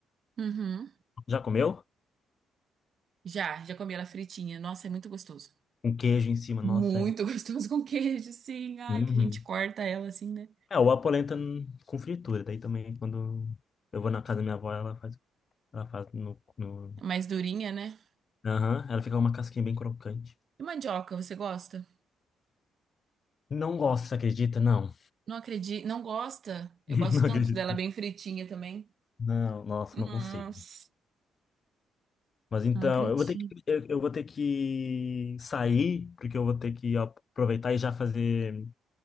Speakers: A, on the right (about 55°); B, on the left (about 45°).
A: Uhum.
B: Já comeu?
A: Já, já comi ela fritinha. Nossa, é muito gostoso.
B: Um queijo em cima, nossa.
A: Muito
B: É,
A: <laughs> gostoso com queijo, sim. Ai,
B: Uhum.
A: que a gente corta ela assim, né?
B: É, ou a polenta n- com fritura. Daí também, quando eu vou na casa da minha avó, ela faz, ela faz no... no...
A: É Mais durinha, né?
B: Aham, ela fica uma casquinha bem crocante.
A: E mandioca, você gosta?
B: Não gosto, você acredita? Não.
A: Não acredito, não gosta? Eu
B: <laughs>
A: gosto
B: Não
A: tanto
B: acredito.
A: dela bem fritinha também.
B: Não, nossa,
A: Nossa,
B: não consigo. Mas então,
A: não acredito.
B: eu vou ter que, eu, eu vou ter que sair, porque eu vou ter que aproveitar e já fazer,